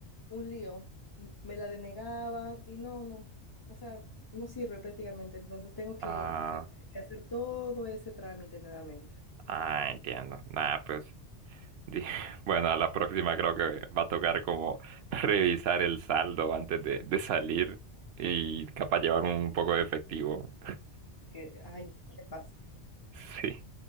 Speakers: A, on the left (about 25°); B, on the right (about 65°).
A: un lío. M- Me la denegaban y no, no. O sea, no sirve prácticamente, entonces tengo que,
B: Ah,
A: que hacer todo ese trámite nuevamente.
B: Ah, entiendo. Nada, pues, di- <laughs> bueno, a la próxima creo que va a tocar como <laughs> revisar el saldo antes de, de salir y capaz llevar un poco de efectivo. <laughs>
A: que, ay, no me pasa.
B: Sí,